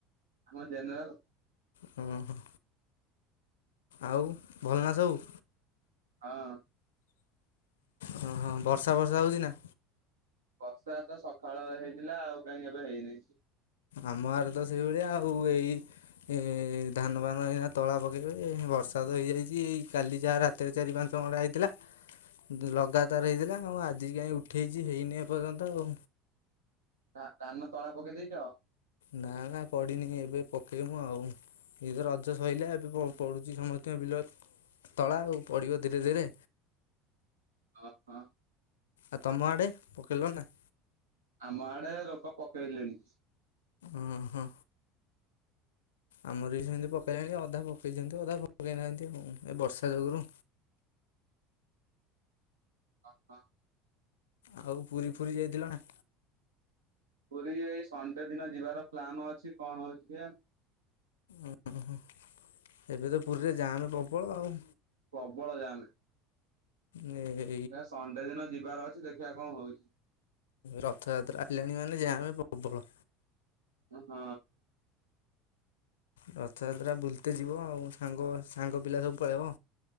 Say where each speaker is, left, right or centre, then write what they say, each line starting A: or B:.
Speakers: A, on the right; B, on the left.
A: ଆମ ଜେନେରାଲ।
B: ହୁଁ ହୁଁ। ଆଉ ଭଲନା ସବୁ?
A: ହଁ।
B: ହଁ ହଁ ବର୍ଷା ଫର୍ଷା ହୋଉଛି ନା?
A: ବର୍ଷା ତ ସକାଳ ହେଇଥିଲା। ଆଉ କାହିଁକି ଏବେ ହେଇନି।
B: ଆମ ଗାଁରେ ତ ସେଇଭଳିଆ ଆଉ। ଏଇ ଏ ଧାନ ଫାନ ଏଇନା ତଳା ପକେଇଛନ୍ତି ବର୍ଷା ତ ହେଇଯାଇଛି। କାଲି ଯାହା ରାତି ଏ ଚାରି ପାଞ୍ଚ ମଳା ହେଇଥିଲା। ଲଗାତାର ହେଇଥିଲା ଆଉ ଆଜି କାହିଁ ଉଠେଇଛି ହେଇନି ଏ ପର୍ଯ୍ୟନ୍ତ ଆଉ।
A: ତା ଧାନ ତଳା ପକେଇ ଦେଇଛ?
B: ନା ନା ପଡ଼ିନି ଏବେ ପକେଇବୁ ଆଉ। ଏଇତ ରଜ ସଇଲା ଏବେ ପ ପଡୁଛି ସମସ୍ତଙ୍କ ବିଲ ତଳା ଆଉ ପଡିବ ଧୀରେ ଧୀରେ।
A: ହଁ ହଁ।
B: ଆଉ ତମ ଆଡେ ପକେଇଲଣି ନା?
A: ଆମ ଆଡେ ଲୋକ ପକେଇଲେଣି।
B: ଓହୋ। ଆମର ବି ସେମିତି ପକେଇଲେଣି ଅଧା ପକେଇଛନ୍ତି ଅଧା ପକେଇନାହାନ୍ତିଁ। ଏ ବର୍ଷା ଯୋଗୁଁ ରୁ।
A: ଅ ହଁ।
B: ଆଉ ପୁରୀ ଫୁରୀ ଯାଇଥିଲ ନା?
A: ପୁରୀ ଏଇ ଶଣ୍ଡେ ଦିନ ଯିବାର ପ୍ଲାନ ଅଛି। କଣ ହଉଛି କେଜାଣି।
B: ଉ ହୁଁ। ଏବେ ତ ପୁରୀରେ ଯାମ୍ ପ୍ରବଳ ଆଉ।
A: ପ୍ରବଳ ଜାମ୍।
B: ନେ ଏ।
A: ଏ ସଣ୍ଡେ ଦିନ ଯିବାର ଅଛି। ଦେଖିବା କଣ ହଉଛି?
B: ରଥଯାତ୍ରା ଆଇଲାଣି ମାନେ ଯାମେ ପ୍ରବଳ।
A: ହଁ।
B: ରଥଯାତ୍ରା ବୁଲତେ ଯିବ ଆଉ। ସାଙ୍ଗ ସାଙ୍ଗ ପିଲା ସବୁ ପଳେଇବ।